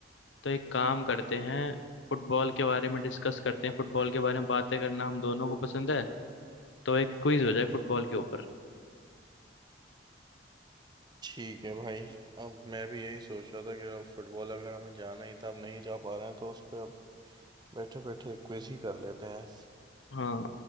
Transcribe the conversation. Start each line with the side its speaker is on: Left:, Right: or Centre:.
Left: तो एक काम करते हैं फुटबॉल के बारे में डिस्कस करते हैं फुटबॉल के बारे में बातें करना हम दोनों को पसंद है तो एक क्विज हो जाए फुटबॉल के ऊपर
Right: ठीक है भाई अब मैं भी यही सोच रहा था कि अब फुटबॉल अगर हमें जाना ही था अब नहीं जा पा रहे हैं तो उस पे अब बैठे बैठे क्विज ही कर लेते हैं
Left: हाँ